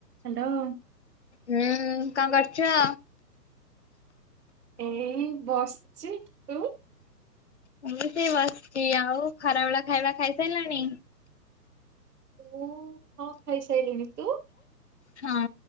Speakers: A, on the right; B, on the left.
A: Hello.
B: ହୁଁ କଣ କରୁଛ?
A: ଏଇ ବସଚି ତୁ?
B: ମୁଁ ବି ସେ ବସିଛି ଆଉ ଖରା ବେଳ ଖାଇବା ଖାଇସାରିଲଣି।
A: ମୁଁ ହଁ ଖାଇସାରିଲିଣି ତୁ।
B: ହଁ